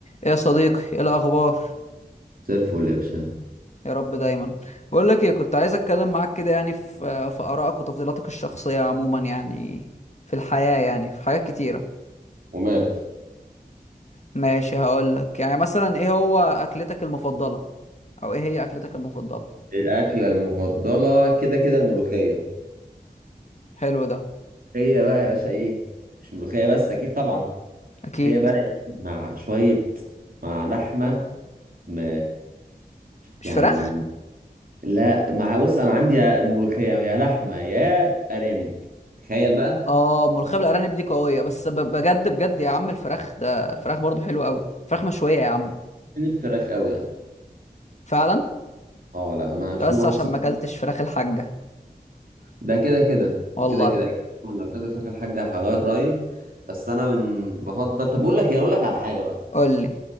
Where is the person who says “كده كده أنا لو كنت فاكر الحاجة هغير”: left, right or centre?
Right